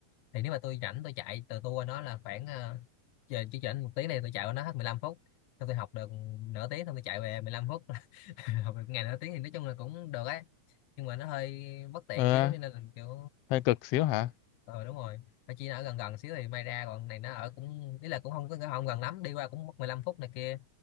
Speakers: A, on the left; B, on the left.
A: thì nếu mà tôi rảnh tôi chạy từ tour nó là khoảng ờ, giờ chỉ rảnh một tiếng này tôi chạy qua nó hết 15 phút xong tôi học được nửa tiếng xong tôi chạy về 15 phút <laughs> học được ngày nửa tiếng thì nói chung là cũng được ấy nhưng mà nó hơi bất tiện
B: ờ
A: xíu nên là kiểu
B: hơi cực xíu hả
A: ờ đúng rồi mà chỉ là ở gần gần xíu thì may ra còn này nó ở cũng ý là cũng không có không gần lắm đi qua cũng mất 15 phút này kia